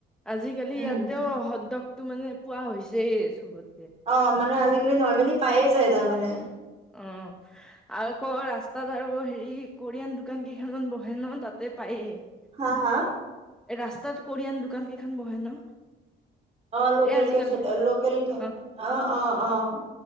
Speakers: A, in the centre; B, on the right.
A: আজিকালি
B: উম
A: ইয়াতেও সদকটো মানে পোৱা হৈছে। যে সবত
B: অ', মানে আজিকালি নৰ্মেলি পায়ে যায় তাৰমানে।
A: অ', আৰু আকৌ ৰাস্তাত আৰু হেৰি কোৰিয়ান দোকান কি খেনত বহেন তাতে পায়েই।
B: হা হা
A: ৰাস্তাত কৰিয়ান দোকান কেইখন বহে ন।
B: অ, লোকেল
A: এই আজিকালি
B: কেফে লোকেল কে
A: অ
B: অ', অ', অ'।